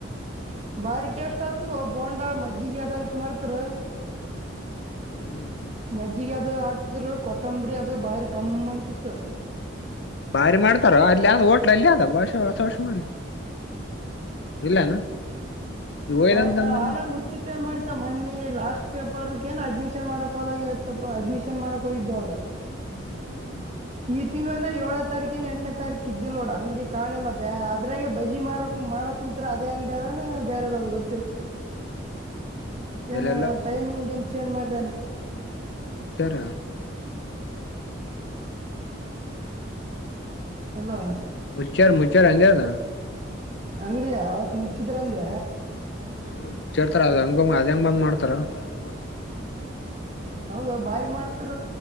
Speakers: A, on the right; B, on the left.
A: ಬಾರಿ ಟೇಸ್ಟ್ ಆಯತು ಬೋಂಡಾ ಮಜ್ಜಿಗೆ ಅದ ಆ್ತ ಮಾಡ್ತರ
B: ಹ್ಮ್
A: ಮಜ್ಜಿಗೆ ಅದು ಹಾಕ್ತ್ರರು ಕೊತ್ತಂಬರಿ ಅದು ಬಾರಿ ಗಮ್ಮ ಅಂತಿತ್ತು
B: ಬಾರಿ ಮಾಡ್ತಾರೋ ಅಲ್ಲಿ ಹೋಟ್ಲ್ ಅಲ್ಲಿಯ ಆದ ಬಾಷ ಹೊಸ ವಷ ಮಾಡಿ ಇಲ್ಲಾನ ಈಗ ಒಯ್ದಂತ
A: ಹೌತ್ ನಾವ್
B: ಅಂದ ಅನ್ಕೊಂತ
A: ಆರಾಗ್ ಮುಚ್ಚ ಏನ್ ಮಾಡತ ಮನ್ನಿ ಲಾಸ್ಟ್ ಪೇಪರ್ ಏ ಅಡ್ಮಿಷನ್ ಮಾಡಕ್ೋದಾಗ ಆಯ್ತಪ್ಪ ಅಡ್ಮಿಷನ್ ಮಾಡಕ್ ಹೋಗಿದ್ದೆವಾಗ
B: ಹ್ಮ
A: ಈ ತಿಂಗಳನ ಏಳನ ತಾರೀಕ ಏ ಎಂಟನೇ ತಾರೀಕು ಇದ್ದಿಿಲ್ಲ ನೋಡ ಅಂಗಡಿ ಕಾಣಿಲ್ಲ ಬ ಅದ್ರಾಗೆ ಬಜಿ ಮಾರಕ್ ಮಾಡಕ್ ಕುಂತ್ರ ಅದ ಅಂಗಡಿ ಅದ ಬೇರೆದಾವ ಗೊ ಏನ್
B: ಎಲ್ಲೆಲ್ಲ
A: ಟೈಮಿಂಗ್ ಏನ್ ಚೇಂಜ್ ಮಾಡ್ರಿ ಏನ್
B: ಮೊಚರ ಬರ್ತಲ್ಲ
A: ಅಲ್ಲೋ
B: ಮುಚ್ಚರ್ ಮುಚ್ಚಚಾರ ಅಂಗದ
A: ಅಂಗ್ರೀ ಅವತ್ ಮುಚ್ಚಿದ್ರಂದ
B: ಹಾ ಮುಚ್ಚಿಡ್ತಾರ ಅದು ಹಂಗಂಗ ಅದ ಹೆಂಗ ಬಂದ್ ಮಾಡ್ತಾರ ಬ
A: ಹೌದ ಬಾರಿ ಮಾಡ್ತಾರ